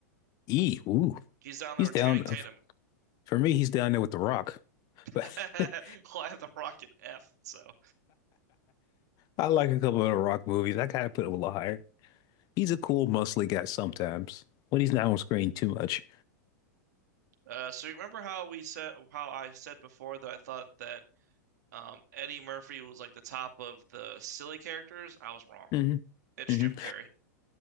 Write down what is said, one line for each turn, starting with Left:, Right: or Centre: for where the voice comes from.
Left: E, ooh,
Right: He's down
Left: he's
Right: there with
Left: down.
Right: Channing Tatum.
Left: uh, For me, he's down there with The Rock.
Right: <laughs>
Left: But <laughs>
Right: Well, I have the Rocket F. So,
Left: I like a couple of The Rock movies. I gotta put him a little higher. He's a cool, mostly guy sometimes when he's not on screen too much.
Right: uh, so you remember how we said how I said before that I thought that um, Eddie Murphy was like the top of the silly characters? I was wrong.
Left: hmm
Right: It's
Left: hmm
Right: Jim Carrey.